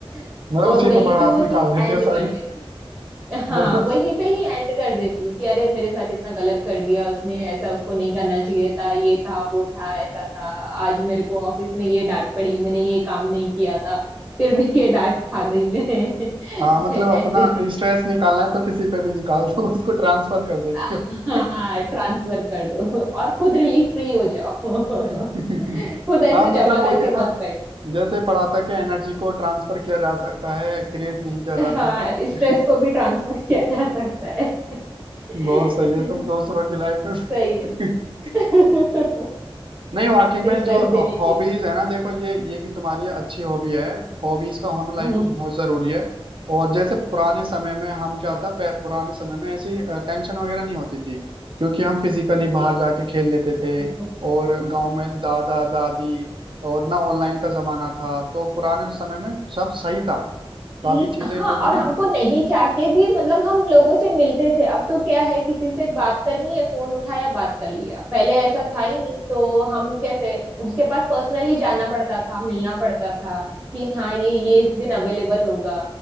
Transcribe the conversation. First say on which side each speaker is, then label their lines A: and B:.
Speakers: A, on the right; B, on the right.
A: मतलब
B: <laughs> और
A: उसी
B: वहीं
A: पर भड़ास
B: पे वो
A: निकाल
B: चीज
A: देते
B: एंड
A: हो
B: कर
A: सारी
B: देती हूँ हाँ
A: मतलब
B: वहीं पे ही एंड कर देती हूँ कि अरे मेरे साथ इतना गलत कर दिया उसने ऐसा उसको नहीं करना चाहिए था ये था वो था ऐसा था आज मेरे को ऑफिस में ये डांट पड़ी मैंने ये काम नहीं किया था फिर भी ये डांट खा गई मैं
A: हाँ मतलब
B: <laughs>
A: अपना
B: ऐसे
A: स्ट्रेस निकालना है तो किसी पे भी निकाल दो उसको ट्रांसफर कर देती
B: हाँ
A: हो
B: ट्रांसफर कर दो और खुद रिलीफ फ्री हो जाओ
A: <laughs>
B: <laughs> खुद ऐसे
A: हाँ मतलब
B: जमा करके
A: वही है ना
B: मत बैठ
A: जैसे पढ़ा था कि एनर्जी को ट्रांसफर किया जा सकता है क्रिएट नहीं किया जाता
B: हाँ स्ट्रेस
A: <laughs>
B: को भी ट्रांसफर किया जा सकता है <laughs>
A: बहुत सही है तुम दूसरों की लाइफ में
B: सही
A: <laughs>
B: है <laughs>
A: नहीं वाकई में
B: स्ट्रेस
A: जो
B: देने के
A: हॉबीज
B: लिए
A: है ना देखो ये ये भी तुम्हारी अच्छी हॉबी है हॉबीज का होना लाइफ
B: हम्म
A: में बहुत जरूरी है और जैसे पुराने समय में हम क्या था पे- पुराने समय में ऐसी टेंशन वगैरह नहीं होती थी क्योंकि हम फिजिकली बाहर
B: नहीं,
A: जाके खेल लेते थे
B: हम्म
A: और गांव में दादा दादी और ना ऑनलाइन का जमाना था तो पुराने समय में सब सही था काफी
B: ई-
A: चीजें
B: हाँ
A: जो
B: और
A: थी ना
B: हमको नहीं चाह के भी मतलब हम लोगों से मिलते थे अब तो क्या है किसी से बात करनी है फोन उठाया बात कर लिया पहले ऐसा था ही नहीं तो हम कैसे उसके पास पर्सनली जाना पड़ता था मिलना पड़ता था कि हाँ ये ये इस दिन अवेलेबल होगा